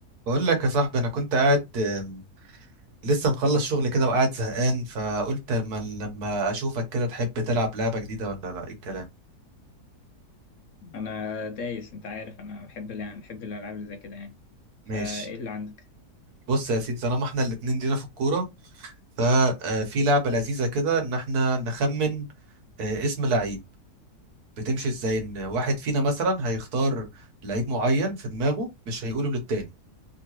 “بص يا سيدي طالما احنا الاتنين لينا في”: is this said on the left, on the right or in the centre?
Right